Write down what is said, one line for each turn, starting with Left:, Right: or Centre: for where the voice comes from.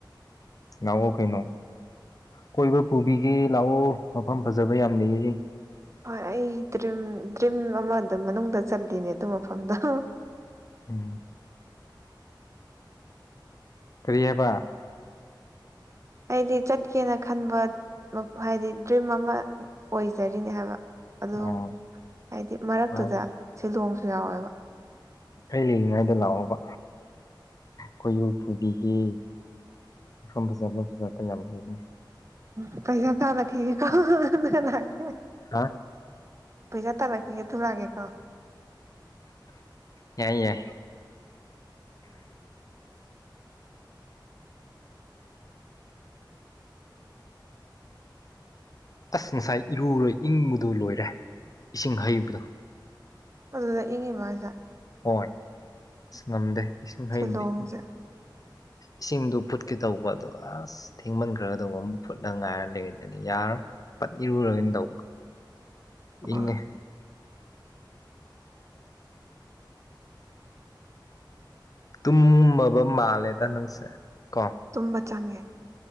Left: ꯂꯥꯛꯑꯣ ꯀꯩꯅꯣ ꯀꯣꯏꯕ ꯄꯨꯕꯤꯒꯦ ꯂꯥꯛꯑꯣ ꯃꯐꯝ ꯐꯖꯕ ꯌꯥꯝ ꯂꯩꯔꯦ
Right: ꯍꯣꯏ ꯑꯩ ꯗ꯭ꯔꯤꯝ ꯗ꯭ꯔꯤꯝ ꯑꯃꯗ ꯃꯅꯨꯡꯗ ꯆꯜꯂꯤꯅꯦ ꯑꯗꯨ ꯃꯐꯝꯗꫭ
Left: ꯎꯝ ꯀꯔꯤ ꯍꯥꯏꯕ
Right: ꯍꯥꯏꯗꯤ ꯆꯠꯀꯦꯅ ꯈꯟꯕ ꯃꯐ ꯍꯥꯏꯗꯤ ꯗ꯭ꯔꯤꯝ ꯑꯃ ꯑꯣꯏꯖꯔꯤꯅꯦ ꯍꯥꯏꯕ ꯑꯗꯨꯝ
Left: ꯑꯣ
Right: ꯍꯥꯏꯗꯤ ꯃꯔꯛꯇꯨꯗ
Left: ꯑꯩ
Right: ꯁꯤꯂꯣꯡꯁꯨ ꯌꯥꯎꯋꯦꯕ
Left: ꯑꯩ ꯂꯩꯔꯤꯉꯩꯗ ꯂꯥꯛꯑꯣꯕ ꯀꫭꯏꯕꯨ ꯄꯨꯕꯤꯒꯦ ꯃꯐꯝ ꯐꯖꯕ ꯐꯖꯕ ꯌꯥꯝ ꯂꯩꯕꯅꯤ
Right: ꯎ ꯄꯩꯁꯥ ꯇꯥꯜꯂꯛꯈꯤꯒꯦ ꯑꯗꯨꯒ ꯂꯥꯛꯀꯦ
Left: ꯍꯥ
Right: ꯄꯩꯁꯥ ꯇꯥꯜꯂꯛꯈꯤꯒꯦ ꯑꯗꯨ ꯂꯥꯛꯀꯦꯀꯣ
Left: ꯌꯥꯏ ꯌꯥꯏ ꯑꯁ ꯉꯁꯥꯏ ꯏꯔꯨꯔꯣꯏ ꯏꯪꯕꯗꯨ ꯂꯣꯏꯔꯦ ꯏꯁꯤꯡ ꯍꯩꯕꯗꯣ
Right: ꯑꯗꯨꯗ ꯏꯪꯉꯤꯕꫭ ꯍꯥꯏꯖꯦ
Left: ꯍꯣꯏ ꯑꯁ ꯉꯝꯗꯦ ꯏꯁꯤꯡ
Right: ꯁꯤꯂꯣꯡꯁꯦ
Left: ꯍꯩꯕꯗꯤ
Right: <inaudible>
Left: ꯏꯁꯤꯡꯗꯨ ꯐꯨꯠꯀꯦ ꯇꯧꯕ ꯑꯗꯣ ꯑꯁ ꯊꯦꯡꯃꯟꯈ꯭ꯔꯒꯗꯧꯕ ꯑꯃꯨꯛ ꯐꯨꯠꯂ ꯉꯥꯏꯔ ꯂꯩꯔꯗꯗꯤ ꯌꯥꯔꯔꫭꯏ ꯄꯠ ꯏꯔꯨꯔꯒꯅꯤ ꯇꯧ
Right: ꯑ
Left: ꯏꯪꯉꯦ ꯇꯨꯝꯃꯕ ꯃꯥꯜꯂꯦꯗ ꯅꯪꯁꯦ ꯀꯣ
Right: ꯇꯨꯝꯕ ꯆꯪꯉꯦ